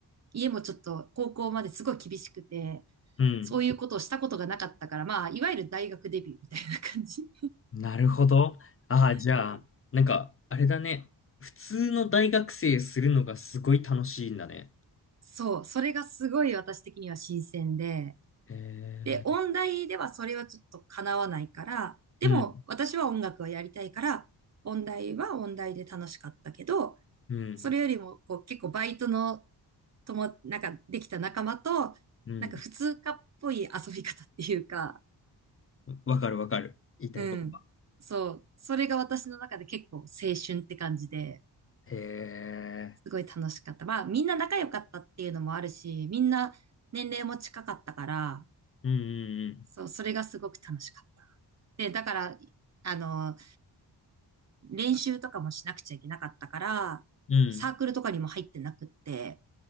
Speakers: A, on the right (about 40°); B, on the left (about 30°).
A: 家もちょっと高校まですごい厳しくて、
B: うん。
A: そういうことをしたことがなかったから、まあ、いわゆる大学デビューみたいな感じ。
B: なるほど。ああ、じゃあ、
A: うん。
B: なんか、あれだね。普通の大学生するのがすごい楽しいんだね。
A: そう、それがすごい私的には新鮮で、
B: へえー。
A: で、音大ではそれはちょっと叶わないから、でも私は音楽をやりたいから、
B: うん、
A: 音大は音大で楽しかったけど、
B: うん、
A: それよりもこう結構バイトの友、なんかできた仲間と、
B: うん。
A: なんか普通科っぽい遊び方っていうか、
B: わかるわかる。言いたいことが。
A: うん。そう。それが私の中で結構青春って感じで、
B: へ
A: すごい楽しかった。
B: え。
A: まあみんな仲良かったっていうのもあるし、みんな年齢も近かったから、
B: うん、
A: そう、それがすごく楽しかった。で、だから、あの、練習とかもしなくちゃいけなかったから、
B: うん、うん。うん。
A: サークルとかにも入ってなくって、